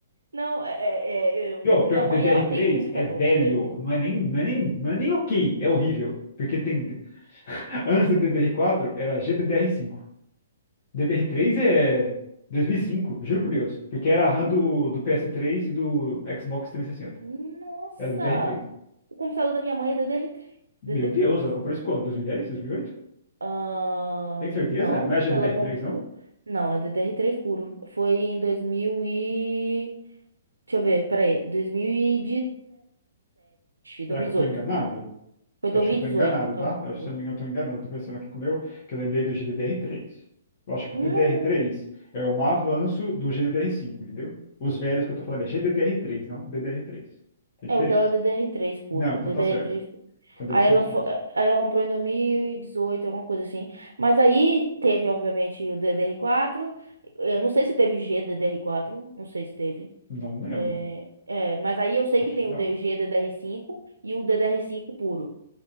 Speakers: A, on the right; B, on the left.
A: Não, é, é- é- é, um-
B: E, ó,
A: minha
B: pior,
A: mãe,
B: DDR3
A: ela tem um computador
B: é velho,
A: com DDR3.
B: não é nem, não é nem, não é nem ok, é horrível. Porque tem, antes do DDR4 era GDDR5. DDR3 é 2005, juro por Deus. Porque era a RAM
A: Hum.
B: do, do PS3 e do Xbox 360.
A: Nossa!
B: Era DDR3.
A: O computador da minha mãe é DDR3.
B: Meu
A: ddr
B: Deus,
A: três D D R três.
B: ela comprou isso quando? 2010? 2008?
A: Ah,
B: Tem certeza?
A: não,
B: Não é GDDR3,
A: ela comprou.
B: não?
A: Não, é ddr três puro. Foi em dois mil e... Deixa eu ver, peraí. dois mil e
B: Será
A: 2018.
B: que eu tô enganado?
A: Foi dois
B: Eu acho
A: mil
B: que eu
A: e
B: tô
A: dezoito
B: enganado,
A: que
B: tá?
A: ela comprou.
B: Eu, acho se eu não me engano, eu tô enganado. Eu tô pensando aqui com o meu, que eu lembrei do GDDR3. Eu acho
A: Não,
B: que o DDR3 é um avanço do GDDR5, entendeu? Os velhos que eu tô falando é GDDR3, não DDR3. Tem diferença.
A: é o dela é ddr três puro.
B: Não, então
A: ddr
B: tá certo.
A: três
B: Então deve
A: Aí
B: ser
A: ela,
B: isso
A: fo-
B: mesmo.
A: aí ela comprou em dois mil e dezoito alguma coisa assim. Mas aí teve, obviamente, o ddr quatro Eu não sei se teve o gddr quatro não sei se teve.
B: Não lembro.
A: É, é, mas aí eu sei
B: Acho
A: que tem
B: que
A: o
B: não.
A: D- o GDDR5 e o ddr cinco puro.